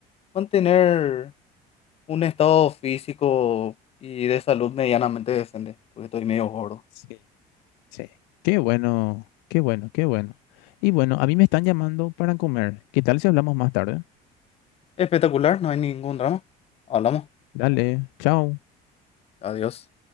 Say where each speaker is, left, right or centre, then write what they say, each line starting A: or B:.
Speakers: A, on the left; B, on the left.
A: mantener un estado físico y de salud medianamente decente, porque estoy medio gordo.
B: sí, sí. Qué bueno, qué bueno, qué bueno. Y bueno, a mí me están llamando para comer. ¿Qué tal si hablamos más tarde?
A: Espectacular, no hay ningún drama. Hablamos.
B: Dale, chao.
A: Adiós.